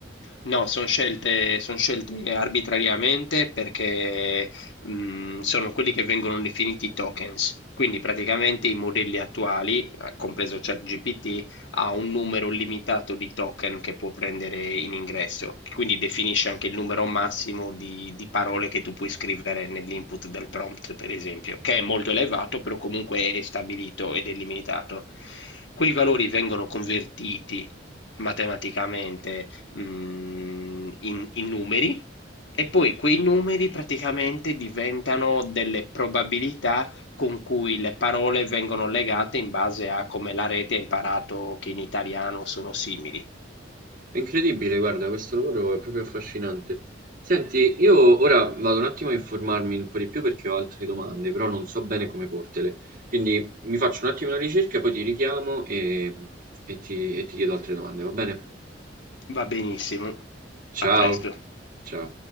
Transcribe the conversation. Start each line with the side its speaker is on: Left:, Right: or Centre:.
Left: No, sono scelte, son scelte arbitrariamente perché mh, sono quelli che vengono definiti tokens. Quindi praticamente i modelli attuali, eh, compreso ChatGPT, ha un numero limitato di token che può prendere in ingresso. Quindi definisce anche il numero massimo di, di parole che tu puoi scrivere nell'input del prompt, per esempio, che è molto elevato, però comunque è stabilito ed è limitato. Quei valori vengono convertiti matematicamente mm, in, in numeri e poi quei numeri praticamente diventano delle probabilità con cui le parole vengono legate in base a come la rete ha imparato che in italiano sono simili.
Right: È incredibile, guarda, questo lavoro è proprio affascinante. Senti, io ora vado un attimo a informarmi un po' di più perché ho altre domande, però non so bene come portele. Quindi mi faccio un attimo una ricerca, poi ti richiamo e, e ti, e ti chiedo altre domande, va bene?
Left: Va benissimo,
Right: Ciao,
Left: a presto.
Right: ciao.